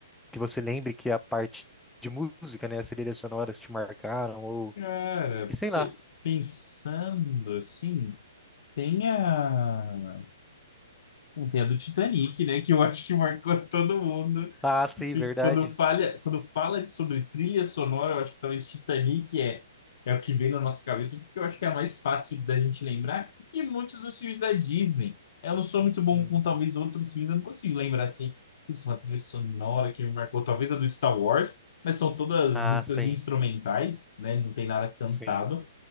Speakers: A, in the centre; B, on the left (about 60°).
A: que você lembre que a parte de música, né? As trilhas sonoras te marcaram ou
B: Cara,
A: que sei lá.
B: pe- pensando assim, tem a... Não tem a do Titanic, né? Que eu acho que marcou <laughs> todo mundo.
A: Ah, sim,
B: Se,
A: verdade.
B: quando falha, quando fala sobre trilha sonora, eu acho que talvez Titanic é, é o que vem na nossa cabeça, porque eu acho que é a mais fácil da gente lembrar. E muitos dos filmes da Disney. Eu não sou muito bom
A: Hum.
B: com talvez outros filmes, eu não consigo lembrar assim. Putz, uma trilha sonora que me marcou, talvez a do Star Wars, mas são todas
A: Ah,
B: músicas
A: sim,
B: instrumentais, né? Não tem nada cantado.
A: sim,